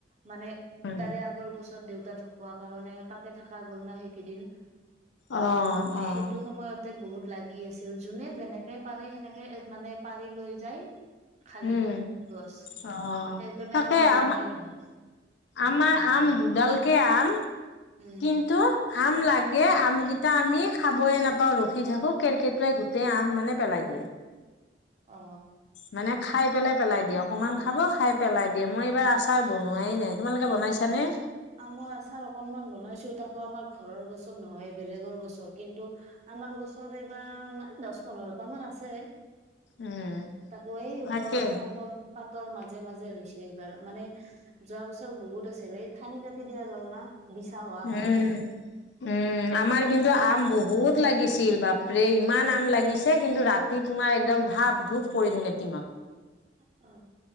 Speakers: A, on the right (about 40°); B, on the left (about 70°).
A: মানে
B: হয়।
A: তাৰে আগৰ বছৰত দেউত দেউতা ঢুকোৱা কাৰণে তাতে থাকা গ'ল ন সেইকেইদিন।
B: আহঁ অঁ।
A: সেইটো সময়তে বহুত লাগি আছিল যোনে যেনেকে পাৰে সেনেকে মানে পাৰি লৈ যায়। খালি
B: উম
A: গছ। সেইকাৰণে
B: অ তাকে
A: মানে বনোৱাই
B: আম
A: নহ'ল।
B: আমাৰ আম দুডালকে আম।
A: উম
B: কিন্তু আম লাগে আমকেইটা আমি খাবই নাপাওঁ ৰখি থাকোঁ, কেৰকেটোৱাই গোটেই আম মানে পেলাই দিয়ে।
A: অ
B: মানে খাই পেলাই পেলাই দিয়ে অকণমান খাব খাই পেলাই দিয়ে, মই এইবাৰ আচাৰ বনোৱাই নাই তোমালোকে বনাইছানে?
A: আমৰ আচাৰ অকনমান বনাইছো, তাকৌ আমাৰ ঘৰৰ গছৰ নহয়। বেলেগৰ গছৰ কিন্তু আমাৰ গছত এইবাৰ মান দচ পোন্ধৰটা মান আছে।
B: উম
A: তাকো এই ওপৰত
B: তাকে
A: পাতৰ পাতৰ মাজ মাজে মাজে হৈছে এইবাৰ মানে যোৱা বছৰ বহুত আছিলে এই থানি কাটি দিয়া গ'ল না। বিছা হোৱা
B: উম
A: কাৰণে
B: উম আমাৰ কিন্তু আম বহুত লাগিছিল। বাপৰে ইমান আম লাগি দিছে কিন্তু ৰাতি তোমাৰ একদম ধাপ ধূপ পৰি থাকে টিঙত।
A: অ